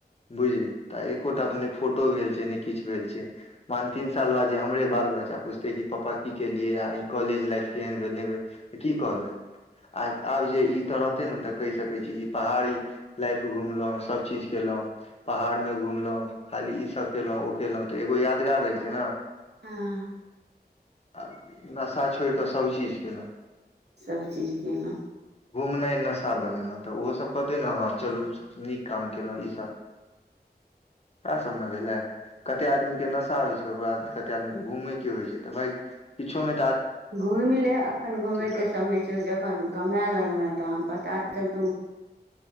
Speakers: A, on the left; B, on the right.
A: बुझी त एकोटा अप ने फोटो भेल छै ने किछु भेल छै मान तीन साल बाद जे हमरे बाल बच्च बच्चा पुछते कि पापा की केलियै आ ई कॉलेज लाइफ केहन भेल नहि भेल की कहबै आ आब जे ई तऽ रहते ने तऽ कहि सकैत छी कि पहाड़ी लाइफ घुमलहु सभ चीज केलहुं ता पहाड़ं घुमलहुँं खाली ई सब केलहुँ ओ केलहुँ तऽ एगो यादगार रहै छै न
B: हँ
A: आ नशा छोड़ि कऽ सभचीज कयेलहुँ
B: सभचीज केलहुँ
A: घुमनाइ नशा बनेलहुँ तऽ ओहो सब कहते ने हँ चलू सब नीक काम केलहुँ ईसभ <unintelligible> कते आदमी के नशा होइ छै ककरो कते आदमी के घूमेय के होइ छै तऽ भाई किछो मे
B: घुमि ले एखन घूमेके
A: तऽ
B: समय छै जखन कमे लगबे तहन पता चल